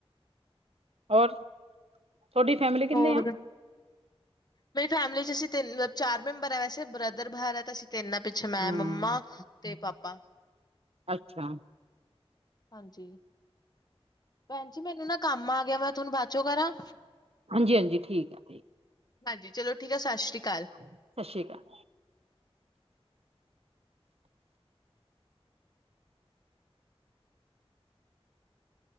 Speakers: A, on the right; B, on the left.
A: ਔਰ, ਤੁਹਾਡੀ ਫੈਮਿਲੀ ਕਿੰਨੇ
B: ਹੋਰ
A: ਆ?
B: ਮੇਰੀ ਫੈਮਿਲੀ ਚ, ਅਸੀਂ ਤਿੰਨ ਚਾਰ ਮੈਂਬਰ ਆ, ਵੈਸੇ ਬ੍ਰਦਰ ਬਾਹਰ ਹੈ, ਤਾਂ ਅਸੀਂ ਤਿੰਨ ਪਿੱਛੇ ਮੈਂ
A: ਹੂੰ
B: ਮੰਮਾ। ਤੇ ਪਾਪਾ।
A: ਅੱਛਾ।
B: ਹਾਂਜੀ। ਭੈਣ ਜੀ, ਮੈਨੂੰ ਨਾ ਕੰਮ ਆ ਗਿਆ, ਮੈਂ ਤੁਹਾਨੂੰ ਬਾਅਦ ਚੋ ਕਰਾਂ।
A: ਹਾਂਜੀ -ਹਾਂਜੀ, ਠੀਕ ਆ ਠੀਕ।
B: ਹਾਂਜੀ ਚਲੋ ਠੀਕ ਹੈ, ਸਤਿ ਸ਼੍ਰੀ ਅਕਾਲ।
A: ਸਤਿ ਸ਼੍ਰੀ ਅਕਾਲ।